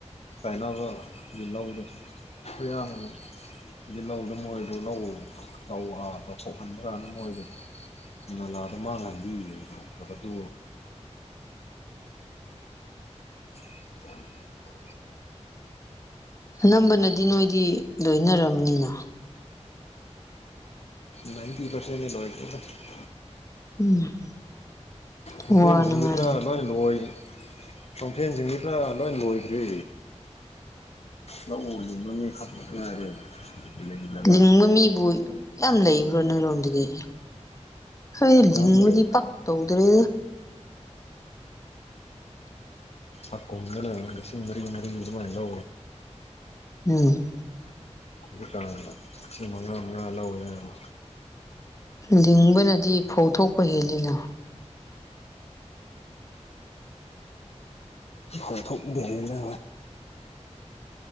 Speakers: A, on the left; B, on the left.
A: ꯇꯥꯏꯅꯕꯒꯤ ꯂꯧꯗꯣ <unintelligible> ꯏ ꯂꯥꯎꯗ ꯃꯣꯔꯣꯏꯗꯣ ꯂꯥꯎ ꯇꯧꯕ ꯄꯧꯈꯥꯟꯈꯅ ꯃꯣꯔꯣꯏꯗꯣ ꯅꯂꯥꯗ ꯃꯥꯅ ꯍꯥꯏꯟꯕꯤꯦ ꯈ ꯇꯣ <unintelligible>
B: ꯑꯅꯝꯕꯅꯗꯤ ꯅꯣꯏꯗꯤ ꯂꯣꯏꯅꯔꯝꯅꯤꯅ
A: ꯅꯥꯏꯟꯇꯤ ꯄꯔꯁꯦꯟ <unintelligible>
B: ꯎꯝ
A: ꯍꯐꯦꯟꯁꯤꯡꯗꯤ
B: ꯋꯥꯅꯉꯥꯏ
A: ꯄꯨꯔꯥ ꯂꯣꯏ ꯂꯣꯏ ꯀꯣꯡꯐꯦꯟꯁꯤꯡꯗꯤ ꯄꯨꯔꯥ ꯂꯣꯏ ꯂꯣꯏꯈ꯭ꯔꯦ ꯂꯧ ꯎꯗꯤ ꯃꯃꯤꯡ ꯈꯄ ꯉꯥꯏꯔꯦ ꯂꯤꯡꯗꯕ
B: ꯂꯤꯡꯕ ꯃꯤꯕꯨ ꯌꯥꯝ ꯂꯩꯕ꯭ꯔꯣ ꯅꯣꯏꯔꯣꯝꯗꯗꯤ ꯍꯣꯏ
A: ꯌꯥꯝꯗ꯭ꯔꯦꯗ
B: ꯂꯤꯡꯕꯗꯤ ꯄꯛ ꯇꯧꯗ꯭ꯔꯦ
A: ꯑ ꯀꯣꯗꯂ ꯁꯤ ꯃꯔꯤ ꯃꯔꯤ ꯑꯗꯨꯃꯥꯏꯅꯣ
B: ꯎꯝ
A: ꯑꯗꯨ ꯀꯥꯟꯗ ꯂꯤꯁꯤꯡ ꯃꯉꯥ ꯃꯉꯥ ꯂꯧꯔꯅꯦꯕ
B: ꯂꯤꯡꯕꯅꯗꯤ ꯐꯧꯊꯣꯛꯄ ꯍꯦꯜꯂꯤꯅ
A: ꯐꯥꯎꯊꯣꯛ ꯗꯦꯔꯦꯅꯦ